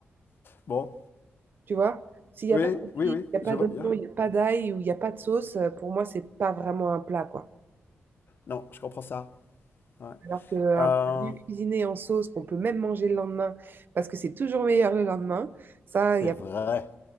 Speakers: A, on the left (about 50°); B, on the right (about 50°).
A: <laughs> Bon,
B: Tu vois? S'il n'y
A: oui,
B: a pas d'épices,
A: oui, oui,
B: il n'y a
A: je
B: pas
A: vois
B: d'oignon,
A: bien.
B: il n'y a pas d'ail ou il n'y a pas de sauce, euh, pour moi, c'est pas vraiment un plat, quoi.
A: Non, je comprends ça. Ouais.
B: Alors qu'un
A: Euh,
B: plat bien cuisiné en sauce qu'on peut même manger le lendemain parce que c'est toujours meilleur le lendemain, ça,
A: c'est
B: il y a...
A: vrai.